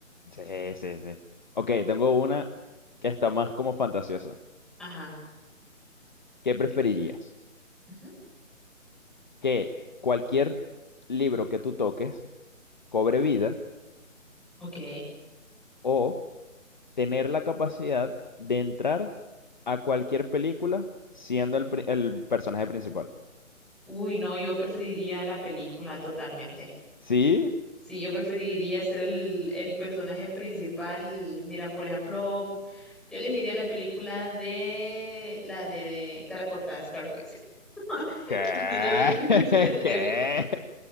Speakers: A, on the left (about 35°); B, in the centre.
A: Sí, sí, sí. Ok, tengo una que está más como fantasiosa.
B: Ajá.
A: ¿Qué preferirías?
B: Dime. Ujú.
A: que cualquier libro que tú toques cobre vida
B: Ok.
A: o tener la capacidad de entrar a cualquier película siendo el, pri- el personaje principal.
B: Uy, no, yo preferiría la película totalmente.
A: ¿Sí?
B: Sí, yo preferiría ser el, el personaje principal. Mira, por ejemplo, yo elegiría la película de la de, de Cara Cortada, Scarface. <laughs>
A: ¿Qué?
B: Quisiera ver qué se siente
A: <laughs>
B: tener,
A: ¿Qué?